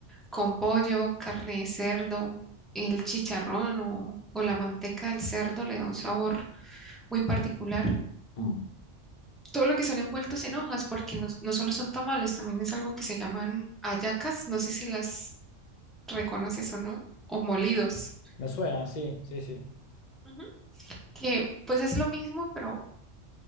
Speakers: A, in the centre; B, on the left.
A: con pollo, carne de cerdo, el chicharrón o, o la manteca del cerdo le da un sabor muy particular.
B: Mm.
A: Todo lo que son envueltos en hojas, porque no, no solo son tamales, también es algo que se llaman hallacas, no sé si las reconoces o no, o molidos.
B: Me suena, sí, sí, sí.
A: Ujú. que pues es lo mismo, pero